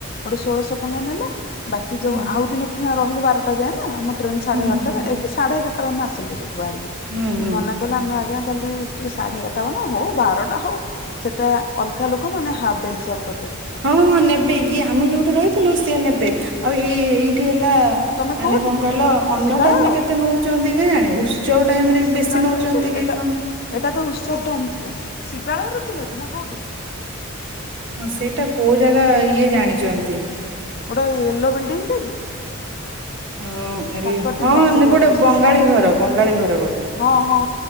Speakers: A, on the left; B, on the right.
A: ହେଟୁ ଷୋଳଶ ଟଙ୍କା ନେଲେ ବାକି
B: ହୁଁ
A: ଯୋଉ ଆଉ ଦିନେ <unintelligible> ରହିଲୁ ବାରଟା ଯାଏ ଆମ ଟ୍ରେନ୍ ସାଢେ
B: ହୁଁ
A: ବାରଟାରେ
B: ହୁଁ
A: ସାଢେଗାରଟାରେ ଆମେ ଆସିଲୁ ସେ ଠୁ ଆଇଲୁ
B: ହୁଁ ହୁଁ
A: ନନା କହିଲେ ଆମେ ଆଜ୍ଞା କାଲି ଟିକେ ସାଢେ ଏଗାର୍ ଟା ହବ ନା ହଉ ବାରଟା ହଉ ସେଟା ଅଲଗା ଲୋକମାନେ ହାପ୍ ଡେ ହିସାବ କରିଦେବେ।
B: ହଁ ହଁ ନେବେ ଇଏ ଆମେ ଯୋଉଠି ରହିଥିଲୁ ସିଏ ନେବେ ଆଉ ଏ ଏ ଏଇଠି ଥିଲା
A: ତମେ
B: ମାନେ
A: କୋଉଠି
B: କଣ
A: ଥିଲ
B: କହିଲ ଅନ୍ୟ
A: ଶିବାଳୟ
B: ଟାଇମ୍ ରେ କେତେ ନୋଉଛନ୍ତି କେଜାଣି ଉତ୍ସବ ଟାଇମ୍
A: ନାଇଁ
B: ରେ
A: ଶିବାଳୟରେ
B: ବେଶୀ ନୋଉ ଛନ୍ତି
A: ଥିଲ
B: କି
A: ଏଟା
B: କଣ।
A: ଏଟା ତ ଉତ୍ସବ ଟାଇମ୍ ଥିଲା ଶିବାଳୟରେ ଥିଲ କି ନା କୋଉଠି?
B: ହଁ ସେଇଟା କୋଉ ଜାଗା ଇଏ ଜାଣିଚନ୍ତି।
A: ଗୋଟେ ଏଲୋ ବିଲ୍ ଡିଂ ଟେ କି?
B: ହଁ ଏଲୋ
A: ତାଙ୍କର ଟିକେ
B: ହଁ
A: ଅଧିକ
B: ନା ଗୋଟେ
A: ପଇସା
B: ବଙ୍ଗାଳୀ ଘର ବଙ୍ଗାଳୀ ଘର ଗୋଟେ।
A: ହଁ ହଁ